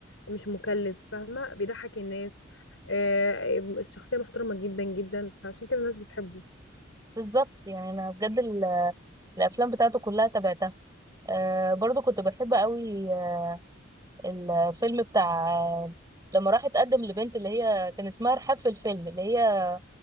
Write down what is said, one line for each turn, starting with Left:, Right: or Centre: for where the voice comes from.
Left: مش مكلف فاهمة بيضحك الناس آه، الشخصية محترمة جدا جدا فعشان كده الناس بتحبه
Right: بالظبط يعني أنا بجد ال- الأفلام بتاعته كلها تابعتها آه برضو كنت بحب أوي آه، الفيلم بتاع آه، لما راح اتقدم لبنت اللي هي كان اسمها رحاب في الفيلم اللي هي